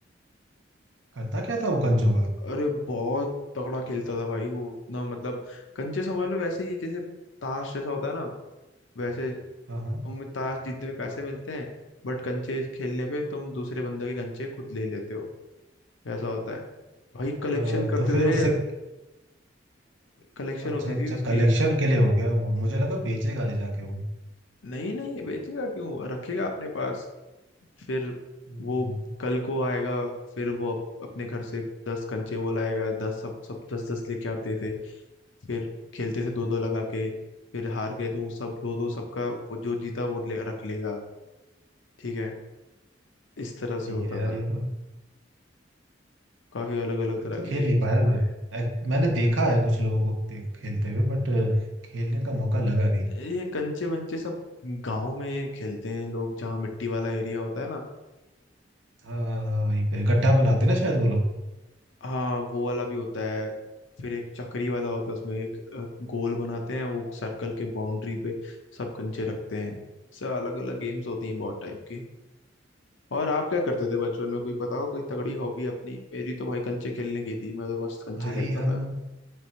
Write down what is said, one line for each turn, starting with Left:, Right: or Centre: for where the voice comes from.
Right: करता क्या था वो कंचो का
Left: अरे बहुत तगड़ा खेलता था भाई वो इतना मतलब कंचे समझ लो वैसे ही जैसे ताश जैसा होता है ना वैसे
Right: हाँ हाँ
Left: तुम्हें ताश जीतने में पैसे मिलते हैं बट कंचे खेलने पे तुम दूसरे बंदे के कंचे खुद ले लेते हो वैसा होता है भाई कलेक्शन
Right: अ,
Left: करते
Right: तो फिर
Left: थे
Right: उससे
Left: कलेक्शन
Right: अच्छा
Left: होती
Right: अच्छा
Left: थी उसकी
Right: कलेक्शन के लिए हो गया वो मुझे लगा बेचेगा ले जाके वो
Left: नहीं नहीं बेचेगा क्यों रखेगा अपने पास फिर
Right: हम्म,
Left: वो कल को आएगा फिर वो अप, अपने घर से दस कंचे वो लाएगा दस सब सब दस दस लेके आते थे फिर खेलते थे दो दो लगा के फिर हार गए तो वो सब दो दो सबका वो जो जीता वो ले, रख लेगा ठीक है इस तरह
Right: सही
Left: से होता
Right: है यार
Left: था
Right: ये तो
Left: काफी अलग अलग
Right: कंचे
Left: तरह
Right: खेल
Left: के गेम्स
Right: नहीं पाया
Left: थे
Right: मैं
Left: वो
Right: एक- मैंने देखा है कुछ लोगों को ते- खेलते हुए बट खेलने का मौका लगा नहीं
Left: ये कंचे वंचे सब गांव में खेलते हैं लोग जहाँ मिट्टी वाला एरिया होता है ना
Right: हाँ हाँ, हाँ, वहीं पे गड्ढा बनाते ना शायद वो लोग
Left: हाँ वो वाला भी होता है फिर एक चक्री वाला होता है उसमें एक अ, गोल बनाते हैं वो सर्कल के बाउंड्री पे सब कंचे रखते हैं सब अलग अलग गेम्स होती
Right: अच्छा।
Left: हैं बहुत टाइप की और आप क्या करते थे बचपन में कोई बताओ कोई तगड़ी हॉबी अपनी मेरी तो भाई कंचे खेलने की थी मैं तो मस्त कंचे
Right: भाई
Left: खेलता
Right: हम
Left: था